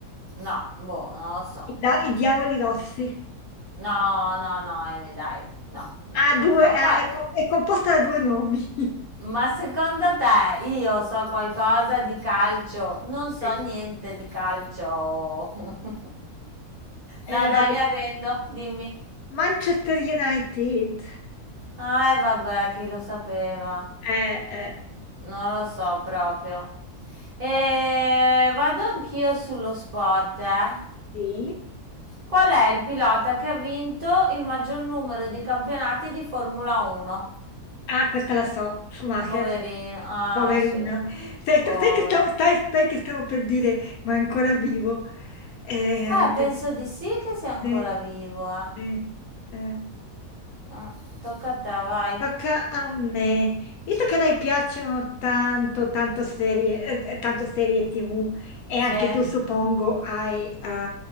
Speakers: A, on the right; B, on the left.
A: No, boh, non lo so.
B: I, da- i Diavoli Rossi.
A: No, no, no, Amy, dai. No, no,
B: Ha
A: no.
B: due,
A: Ma
B: ha-
A: poi,
B: è, com- è composta da due nomi. <laughs>
A: ma secondo te io so qualcosa di calcio? Non so
B: E
A: niente di calcio. <laughs>
B: eh,
A: No, dai,
B: vabbè.
A: mi arrendo, dimmi.
B: Manchester United.
A: Ah, e vabbè, chi lo sapeva?
B: Eh, eh,
A: Non lo so proprio. E vado anch'io sullo sport, eh.
B: sì.
A: Qual è il pilota che ha vinto il maggior numero di campionati di Formula 1?
B: Ah, questa la so. Schumacher.
A: Poverino. Ah,
B: Poverino,
A: sì.
B: sai,
A: Povero.
B: sai che stavo, sai- sai che stavo per dire, ma è ancora vivo. Eh, erano
A: Eh, penso
B: te-
A: di sì che sia ancora
B: sì,
A: vivo, eh.
B: sì, sì.
A: Mm, tocca a te, vai.
B: Tocca a me. Visto che a noi piacciono tanto, tanto serie, eh, eh, tanto serie TV e
A: Se,
B: anche tu suppongo hai eh,